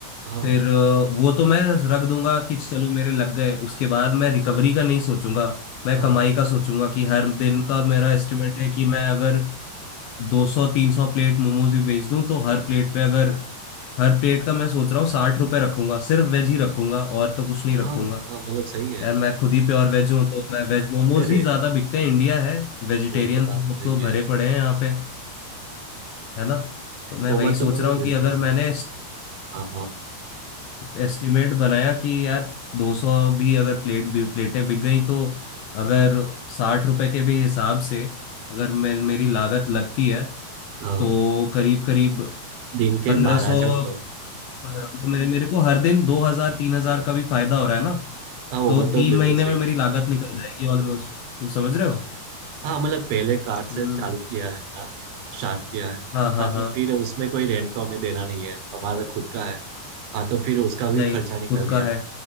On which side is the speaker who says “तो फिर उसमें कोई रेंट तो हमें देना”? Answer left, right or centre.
Right